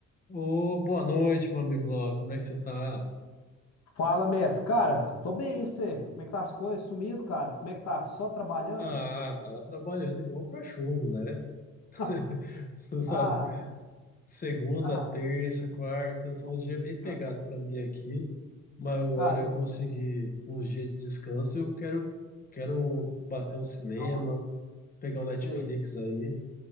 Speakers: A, on the left; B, on the left.
A: Ô, boa noite, meu amigo Laura. Como é que você tá?
B: Fala, mestre. Cara, tô bem, e você? Como é que tá as coisas? Sumido, cara? Como é que tá? Só trabalhando?
A: Ah, tava trabalhando igual um cachorro, né?
B: <laughs>
A: <laughs> Você sabe,
B: Ah,
A: segunda,
B: ah,
A: terça, quarta,
B: nossa
A: são uns dias bem
B: senhora.
A: pegados pra mim aqui, mas agora
B: Cara,
A: eu consegui uns dias de descanso. Eu quero, quero bater um cinema,
B: não,
A: pegar um Netflix
B: você,
A: aí.